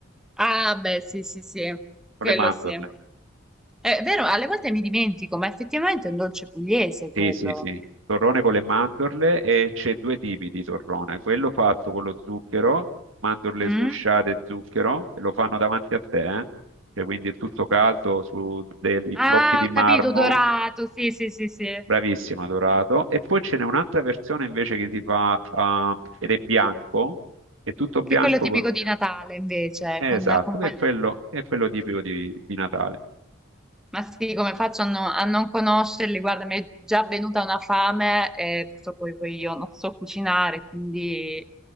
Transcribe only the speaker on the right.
con
le mandorle.
Sì, sì, sì. Torrone con le mandorle e c'è due tipi di torrone. Quello fatto con lo zucchero, mandorle
sgusciate e zucchero, e lo fanno davanti a te, eh. Cioè, quindi è tutto caldo su dei
blocchi di
marmo
Bravissimo, dorato. E poi ce n'è un'altra versione invece che si fa, fa- ed è bianco, è tutto bianco.
con-
eh,
esatto,
che è quello, è quello tipico di, di Natale.